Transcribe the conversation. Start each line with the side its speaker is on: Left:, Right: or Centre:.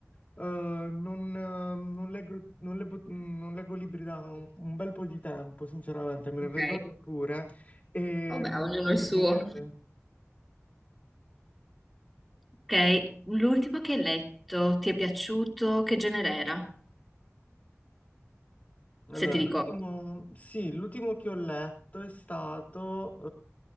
Left: eh, non, eh, non leggo, non leggo- mh, non leggo libri da un, un bel po' di tempo, sinceramente, me
Centre: Ok,
Left: ne vergogno pure e
Centre: vabbè,
Left: mh,
Centre: ognuno
Left: devo
Centre: il suo.
Left: rimediare.
Centre: Ok, l'ultimo che hai letto, ti è piaciuto? Che genere era?
Left: Allora,
Centre: Se ti ricordo.
Left: l'ultimo, sì, l'ultimo che ho letto è stato